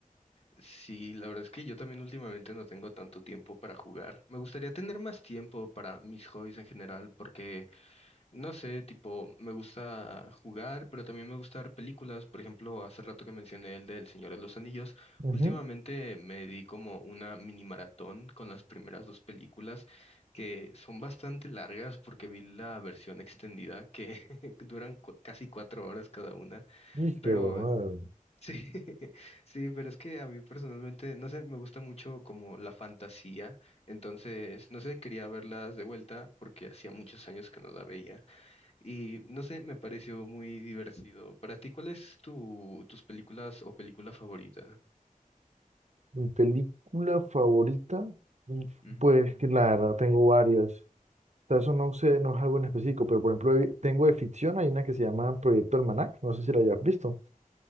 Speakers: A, on the left; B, on the right.
A: Sí, la verdad es que yo también últimamente no tengo tanto tiempo para jugar. Me gustaría tener más tiempo para mis hobbies en general porque... No sé, tipo, me gusta jugar, pero también me gusta ver películas. Por ejemplo, hace rato que mencioné el del Señor de los Anillos.
B: Ujú.
A: Últimamente me di como una mini maratón con las primeras dos películas, que son bastante largas porque vi la versión extendida que <laughs> duran cu- casi cuatro horas cada una.
B: Y
A: Pero
B: qué bueno,
A: mm,
B: eh,
A: sí, <laughs> sí, pero es que a mí personalmente, no sé, me gusta mucho como la fantasía. Entonces, no sé, quería verlas de vuelta porque hacía muchos años que no la veía. Y no sé, me pareció muy divertido. Para ti, ¿cuál es tu, tus películas o película favorita?
B: mi película favorita, mm,
A: Ujú.
B: pues que la verdad tengo varias. sea, eso no sé, no es algo en específico, pero por ejemplo, eh, tengo de ficción, hay una que se llama Proyecto Almanac, no sé si la hayas visto,